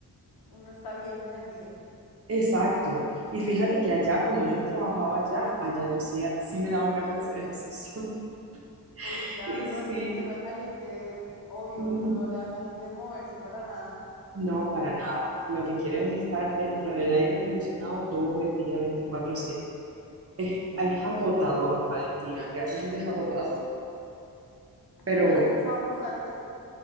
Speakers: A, on the left (about 80°); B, on the right (about 40°).
A: uno está bien en el día.
B: exacto. Y fíjate que allá, cuando yo trabajaba allá, allá yo sí, sí me daban ganas de hacer ejercicio. <laughs>
A: Uy, claro,
B: Y
A: no,
B: sí,
A: es que en tierra caliente, obvio,
B: mm,
A: uno no le dan ganas de moverse para nada.
B: no, para nada. Lo que quieres es estar dentro del aire acondicionado todo el día, veinticuatro siete. Es,
A: Sí, no,
B: es
A: totalmente.
B: agotador, Valentina, realmente es agotador. Pero
A: ¿Y no
B: bueno.
A: has pensado mudarte?